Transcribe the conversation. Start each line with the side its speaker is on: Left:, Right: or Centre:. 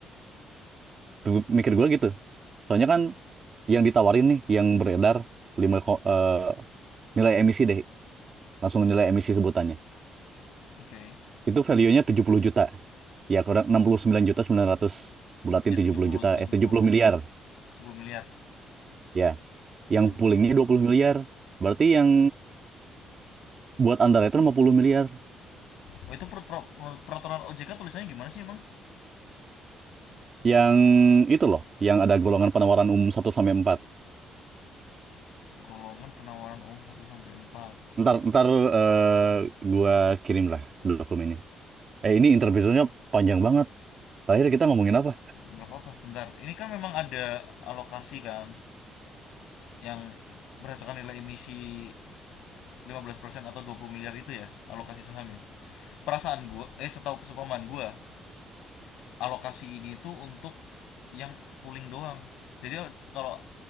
Right: Tuh, mikir gue gitu. Soalnya kan yang ditawarin nih, yang beredar 5 ko- eh, nilai emisi deh, langsung nilai emisi sebutannya.
Left: oke Okay.
Right: Itu value-nya 70 juta. Ya, kurang 69 juta 900 bulatin
Left: ya tujuh
Right: tujuh puluh
Left: tujuh puluh
Right: juta,
Left: tujuh
Right: eh 70
Left: puluh
Right: miliar.
Left: tujuh puluh miliar
Right: Ya,
Left: Mm.
Right: yang poolingnya 20 miliar. Berarti yang buat Andara itu 50 miliar.
Left: oh itu per- per- menurut peraturan OJK tulisannya gimana sih emang
Right: Yang itu loh, yang ada golongan penawaran umum satu sampai empat.
Left: golongan penawaran umum satu sampai empat
Right: Ntar, ntar eh, gua kirim lah dokumennya. Eh, ini interview panjang banget. Terakhir kita ngomongin apa?
Left: nggak apa-apa bentar ini kan memang ada alokasi kan yang berdasarkan nilai emisi 15% atau dua puluh miliar itu ya alokasi saham ya perasaan gua eh setahu sepaman gua alokasi ini itu untuk yang pooling doang jadi kalau